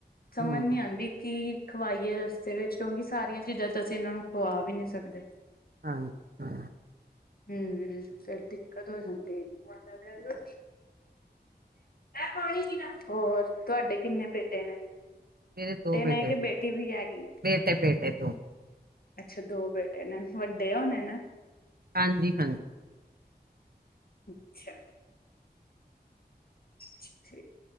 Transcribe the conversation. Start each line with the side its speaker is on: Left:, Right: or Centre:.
Left: ਸੰਮਨ
Right: ਹੂੰ,
Left: ਨੀ
Right: ਹੂੰ,
Left: ਆਂਦੀ ਕੀ। ਖਵਾਈਏ ਰਸਤੇ ਵਿੱਚ, ਕਿਉਂਕਿ ਸਾਰੀਆਂ ਚੀਜ਼ਾਂ ਤੇ ਅਸੀਂ ਇਹਨਾਂ ਨੂੰ ਖਵਾ ਵੀ ਨਹੀਂ ਸਕਦੇ।
Right: ਹਾਂ ਜੀ ਹਾਂ
Left: ਹਮੱਮ, ਫੇਰ ਦਿੱਕਤ ਹੋ ਜਾਂਦੀ। <inaudible> <inaudible> ਏ ਲੈ ਪਾਂਣੀ ਪੀ ਲੈ, ਹੋਰ ਤੁਹਾਡੇ ਕਿੰਨੇ ਬੇਟੇ ਨੇ?
Right: ਮੇਰੇ ਦੋ
Left: ਨੇ
Right: ਬੇਟੇ,
Left: ਕਿ ਬੇਟੀ ਵੀ ਹੈਗੀ
Right: ਬੇਟੇ-ਬੇਟੇ ਦੋ।
Left: ਅੱਛਾ ਦੋ ਬੇਟੇ ਨੇ, ਵੱਡੇ ਹੋਨੇ ਨਾ?
Right: ਹਾਂਜੀ ਹਾਂਜੀ
Left: ਅੱਛਾ ਠੀਕ